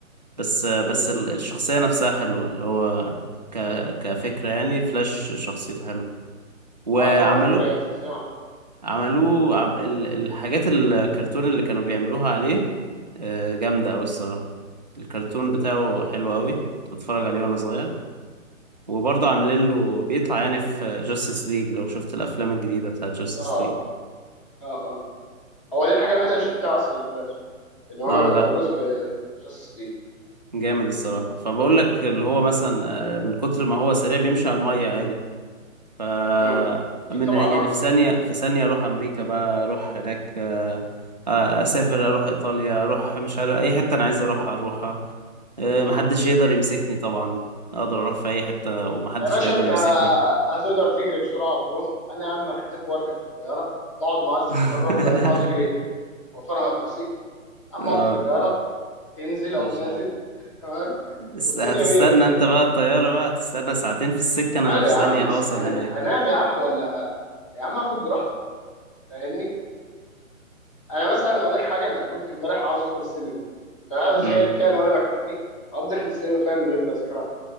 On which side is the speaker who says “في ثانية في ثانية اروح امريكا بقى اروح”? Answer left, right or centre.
Right